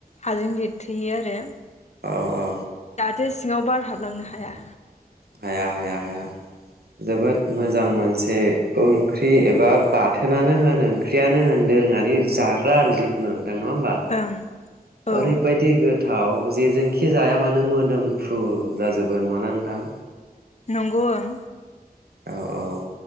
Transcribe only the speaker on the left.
हाजों लिरथोयो आरो ।
दा थोस सिङाव बार हाबलांनो हाया
उम
ओं औ
नंगौ ओं